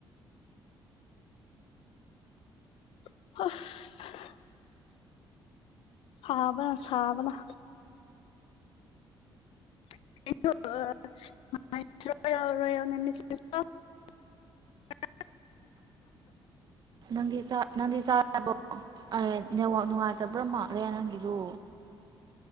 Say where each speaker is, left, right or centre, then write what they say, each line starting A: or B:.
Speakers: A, on the left; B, on the right.
A: <unintelligible> ꯍꯥꯥꯕꯅ ꯁꯥꯥꯕꯅ <unintelligible>
B: ꯅꯪꯗꯤ ꯆꯥ ꯅꯪꯗꯤ ꯆꯥꯔꯕꯣ ꯑꯑ ꯅꯦꯠꯋꯥꯛ ꯅꯨꯡꯉꯥꯏꯇꯕ꯭ꯔꯃ ꯃꯥꯠꯂꯦ ꯅꯪꯒꯤꯗꯨ